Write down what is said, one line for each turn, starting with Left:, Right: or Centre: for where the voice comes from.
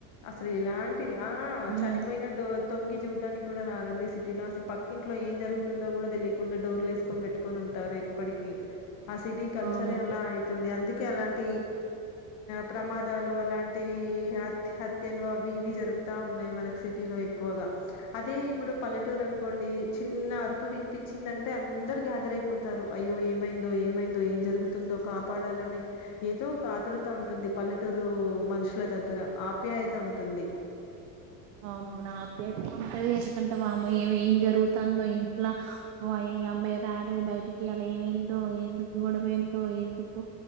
Left: అసలు ఇలాంటివి ఆ
Right: ఉమ్
Left: చనిపోయిన డో తొంగి చూడ్డానికి కూడా రారండి సిటీలో అసలు పక్కింట్లో ఏ జరుగుతుందో కూడా తెలియకుండా డోర్లు వేసుకొని పెట్టు కోని ఉంటారు ఇప్పటికి ఆ సిటీ కల్చరే
Right: అవును
Left: అలా అయితుంది అందుక అలాంటి ప్రమాదాలు అలాంటి హత్య హత్యలు అవి ఇవి జరుగుతా ఉన్నాయి మనకి సిటీలో ఎక్కువగా అదే ఇప్ ఇప్పుడు పల్లెటూరు అనుకోండి చిన్న అరుపు వినిపిచిందంటే అందరు గ్యాదర్ అయిపోతారు అయ్యో ఏమైందో ఏమైందో ఏం జరుగుతుందో కాపాడాలని ఏదో ఒక ఆతురుత ఉంటుంది. పల్లెటూరు మనుషుల దగ్గర ఆ ఆప్యాయత ఉంటుంది.
Right: అవును నా ఆప్యాయత ఉంటది ఎందుకంటే మా అమ్మ ఏమి ఏం జరుగుతుందో ఇంట్లో ఈ అమ్మాయి రాలేదు బయటికి అలా ఏమైందో ఎందుకు గొడవ ఆయిందో ఎందుకు